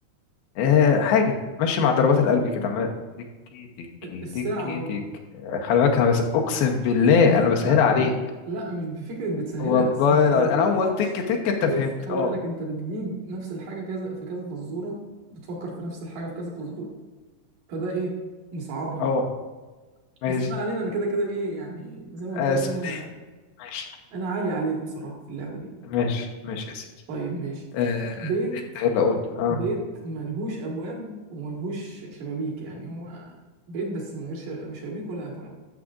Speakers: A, on the left; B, on the right.
A: آه حاجة ماشي مع ضربات القلب كده عمال تكي تكي
B: الساعة
A: تكي
B: برضو
A: تك آه، خلي بالك انا بس اقسم بالله انا بسهل
B: لا
A: عليك
B: لا مش بفكرة بتسهلها
A: والله
B: بس انت انا
A: العظيم.
B: ما توقعتش
A: انا اول ما قلت تك تك انت فهمت
B: بص خلي
A: اه
B: بالك انت بتجيب نفس الحاجة كذا في كذا فزورة بتفكر في نفس الحاجة في كذا فزورة فده ايه مصعبها
A: اه ماشي
B: بس ما علينا انا كده كده ايه يعني زي ما قلت
A: آه
B: لك
A: سندال
B: انا
A: ماشي
B: انا عالي عليك بصراحه في اللعبه دي
A: ماشي ماشي يا سيدي
B: طيب ماشي
A: آه
B: بيت
A: انت يلا قول اه
B: بيت ملهوش ابواب وملهوش شبابيك يعني هو بيت بس من غير شب- شبابيك ولا ابواب